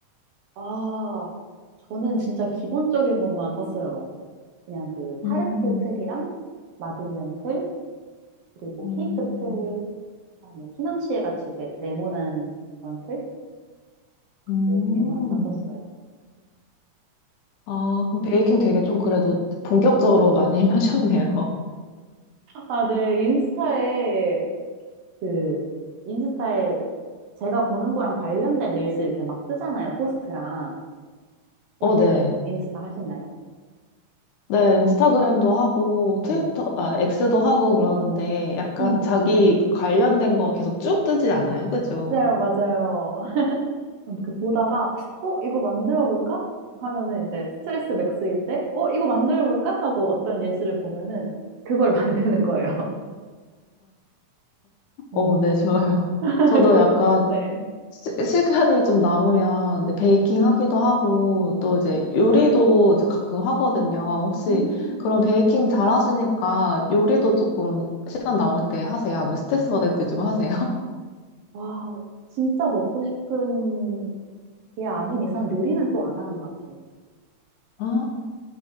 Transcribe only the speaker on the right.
아, 저는 진짜 기본적인 것만 샀어요. 그냥 그 타르트
틀이랑 마들렌 틀, 그리고
케이크 틀, 다음에 희낭시에 같이 이렇게 네모난 그런 틀?
렇 개만 샀었어요.
아, 네. 인스타에 그 인스타에 제가 보는 거랑 관련된 릴스 이렇게 막 뜨잖아요. 포스트랑. 혹시
인스타 하시나요?
네네.
음,
맞아요, 맞아요. <laughs> 그 보다가, 어, 이거 만들어볼까? 하면은 이제 스트레스 맥스일 때, 어, 이거 만들어볼까? 하고 어떤 릴스를 보면은 그걸 <laughs> 만드는 거예요.
음.
<laughs>
그,
네.
음.
와, 진짜 먹고 싶은 게 아닌 이상 요리는 또 안 하는 것 같아요.